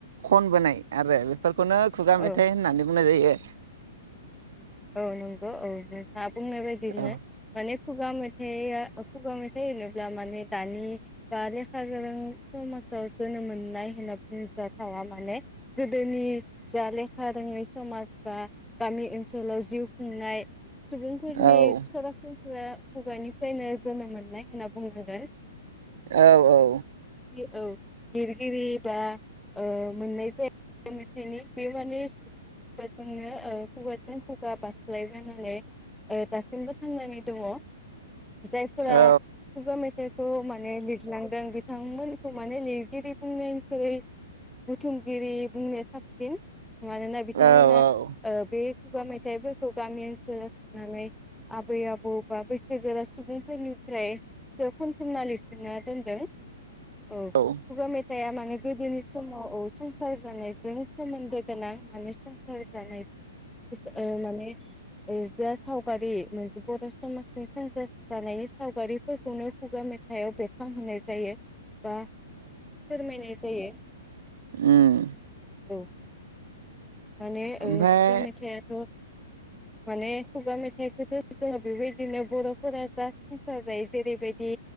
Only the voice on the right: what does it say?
खनबोनाय आरो फोरखौनो खुगा
मेथाइ
होननानै बुंनाय जायो <inaudible>
औ
औ
औ औ
औ
औ औ
औ
ओम।
ओमफ्राय